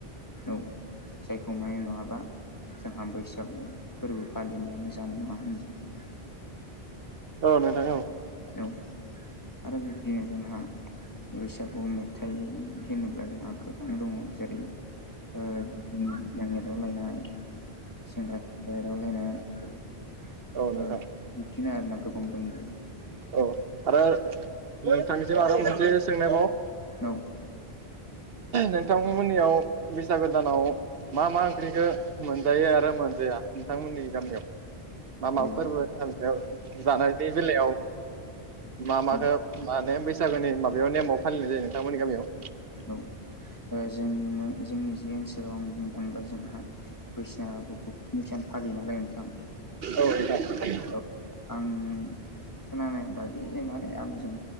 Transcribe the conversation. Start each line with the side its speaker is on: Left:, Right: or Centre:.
Left: औ जायखौ माय नङाबा जोंहा बैसागु फोरबो फालिनायानो जानाय नङा होनजायो
Right: औ नोंथां औ
Left: औ आरो बिब्दिनो जोंहा बैसागु मेथाइ होनोब्ला जोंहा गोबां दङ जेरै ओ <inaudible> जों एदावलायनाय सेंग्रा सिख्ला एदावलायनाय ओ
Right: नोंथां
Left: बिदिनो आरोना गोबां दंबावो
Right: औ आरो नोंथांनिसिम आरो मोनसे सोंनायबाव
Left: औ
Right: नोंथांमोननियाव बैसागो दानाव मा मा ओंख्रिखौ मोनजायो आरो मोनजाया नोंथांमोननि गामियाव मा मा
Left: औ
Right: फोरबो दान सेआव जानायनि बेलायाव मा माखो
Left: औ
Right: माहोनो बैसागोनि माबायाव नेमाव फालिनाय जायो नोंथांमोननि गामियाव?
Left: औ ओ जोंनि जोंनि जे ओनसोलाव आं बुंनो थांङोब्ला जोंहा बैसागुखौ स्नि सान फालियो नालाय नोंथां
Right: औ नोंथां
Left: औ आं खोनानाय बायदि माने आंजों